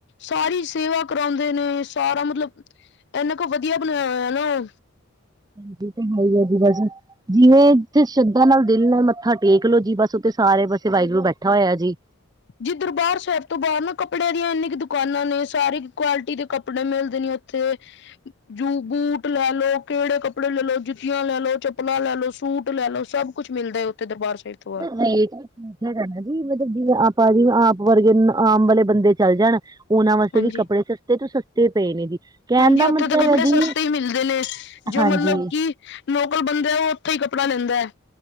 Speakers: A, on the left; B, on the right.
A: ਸਾਰੀ ਸੇਵਾ ਕਰਾਉਂਦੇ ਨੇ ਸਾਰਾ ਮਤਲਬ, ਇਨਾ ਕੁ ਵਧੀਆ ਬਣਿਆ ਹੋਇਆ।
B: <unintelligible> ਜੀ ਬਸ ਜਿਵੇਂ ਸ਼ਰਧਾ ਨਾਲ ਦਿਲ ਨਾਲ ਮੱਥਾ ਟੇਕ ਲੋ, ਜੀ ਬਸ ਉੱਥੇ ਸਾਰੇ ਪਾਸੇ ਵਾਗੁਰੂ ਬੈਠਾ ਹੋਇਆ ਜੀ।
A: ਜਿੱਧਰ ਬਾਹਰ ਸਹਿਰ ਤੋਂ ਬਾਹਰ ਨਾ, ਕੱਪੜਿਆਂ ਦੀਆਂ ਇੰਨੀ ਕੁ ਦੁਕਾਨਾਂ ਨੇ ਸਾਰੀ ਕੁਆਲਿਟੀ ਦੇ ਕੱਪੜੇ ਮਿਲਦੇ ਨੇ। ਉੱਥੇ ਜੂ ਬੂਟ ਲੈ ਲੋ ਕਿਹੜੇ ਕੱਪੜੇ ਲੈ ਲਓ, ਜੁੱਤੀਆਂ ਲੈ ਲਓ ਚੱਪਲਾਂ ਲੈ ਲੋ ਸੂਟ ਲੈ ਲਓ, ਸਭ ਕੁਛ ਮਿਲਦਾ ਹੈ, ਉੱਥੇ ਦਰਬਾਰ ਸਾਹਿਬ ਤੋਂ ਆ।
B: <unintelligible> ਮਤਲਬ ਜਿਵੇਂ ਆਪਾਂ ਜੀ ਆਪ ਵਰਗੇ ਆਮ ਵਾਲੇ ਬੰਦੇ ਚੱਲ ਜਾਣ ਉਹਨਾਂ ਵਾਸਤੇ
A: ਹਾਂਜੀ
B: ਵੀ ਕੱਪੜੇ ਸਸਤੇ ਤੋਂ ਸਸਤੇ ਪਏ ਨੇ ਜੀ। ਕਹਿਣ
A: ਹਾਂਜੀ,
B: ਦਾ
A: ਉੱਥੇ
B: ਮਤਲਬ
A: ਤਾਂ ਕੱਪੜੇ
B: ਹੈ ਜੀ
A: ਸਸਤੇ ਹੀ ਮਿਲਦੇ ਨੇ ਜੋ
B: ਹਾਂਜੀ
A: ਮਤਲਬ ਕਿ ਲੋਕਲ ਬੰਦੇ ਉਹ ਉੱਥੇ ਹੀ ਕੱਪੜਾ ਲੈਂਦਾ ਹੈ।